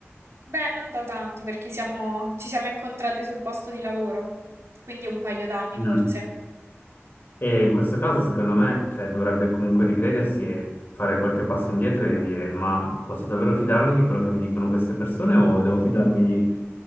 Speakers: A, on the right; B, on the left.
A: beh, non da tanto perché siamo- ci siamo incontrate sul posto di lavoro, quindi un paio d'anni
B: Mm.
A: forse.
B: E in questo caso, secondo me, cioè, dovrebbe comunque ricredersi e fare qualche passo indietro e dire: Ma posso davvero fidarmi di quello che mi dicono queste persone o devo fidarmi di,